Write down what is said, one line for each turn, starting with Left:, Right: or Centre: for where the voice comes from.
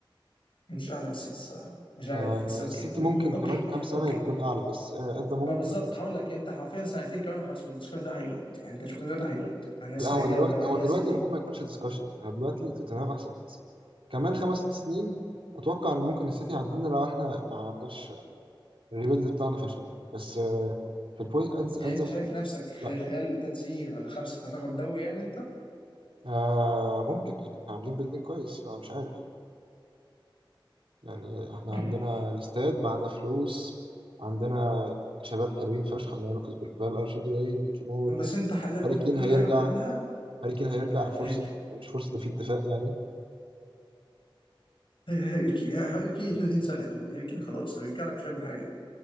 Left: مش اعلى من السيتي الصراحه مش عارف
Right: آه
Left: بس اوكي
Right: السيتي
Left: م-
Right: ممكن
Left: م- اوكي
Right: كمان كام سنة
Left: اوكي
Right: يبقى يكون اعلى بس آه at the moment
Left: بقى بالظبط
Right: لا
Left: هقول لك انت حرفيا سنتين كمان وخلاص والدسكشن ده هيموت يعني انت شفت دلوقتي هيموت يعني السنه
Right: لا هو
Left: الجايه
Right: دلوقتي
Left: ولا بعديها
Right: هو دلوقتي
Left: سيتي
Right: المفروض ما يكونش ديسكشن يعني هو دلوقتي توتنهام احسن من السيتي كمان خمس ست سنين اتوقع ان ممكن السيتي يعدينا لو احنا ما عملناش الريبيلد بتاعنا فشل يعني بس آه، في البوينت ادز
Left: يعني
Right: ادز
Left: انت
Right: مومنت
Left: شايف نفسك خ-
Right: لا
Left: خلال ثلاث سنين ولا خمسه هتاخد دوري يعني انت
Right: آه ممكن يعني احنا عاملين بيلدينج كويس فمش عارف يعني احنا
Left: مم.
Right: عندنا الاستاد معانا فلوس عندنا شباب حلوين فشخ عندنا لوكاس بالفال ارشي جراي ميكي مور
Left: بس انت حاليا برضه
Right: هاري كين
Left: كل
Right: هيرجع
Left: حاجه بتعملها
Right: هاري كين هيرجع
Left: آه،
Right: فرصة
Left: هيك
Right: مش فرصة ده في اتفاق يعني
Left: هاري كين هاري كين 32 سنه يا دود هاري كين خلاص هيرجع لك مش هيعمل حاجه